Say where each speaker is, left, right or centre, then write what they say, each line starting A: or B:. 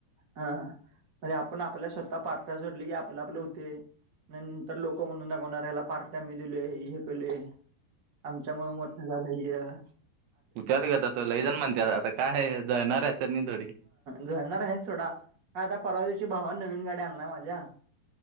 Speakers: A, on the right; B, on the right.
A: हा आणि आपण आपल्या स्वतः पारट्या जोडली की आपलं आपल होतय. नंतर लोक म्हणून दाखवणार ह्याला पाट्या मी दिलोय हे केलय आमच्यामुळे मोठ झालंय.
B: अ त्यात काय तसं लैजण म्हणत्यात आता काय हे जळणार असतात नाही थोडी.
A: झळणार आहेत सोडा का आता परवादिवशी भावान नवीन गाडी्या आणलाय माझ्या.